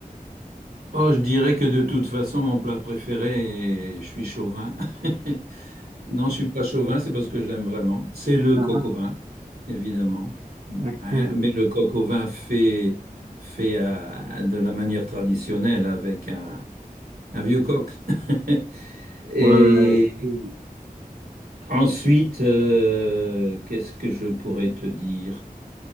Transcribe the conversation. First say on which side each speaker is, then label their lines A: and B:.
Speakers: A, on the right; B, on the right.
A: Oh, je dirais que de toute façon, mon plat préféré, et je suis chauvin. <laughs> Non, je suis pas chauvin, c'est parce que je l'aime vraiment. C'est le
B: <laughs>
A: coq au vin, évidemment.
B: Ok.
A: Hein,
B: Ouais,
A: Mais le coq au vin fait, fait à- de la manière traditionnelle avec un, un vieux coq. <laughs> Et
B: ok.
A: ensuite, euh, qu'est-ce que je pourrais te dire?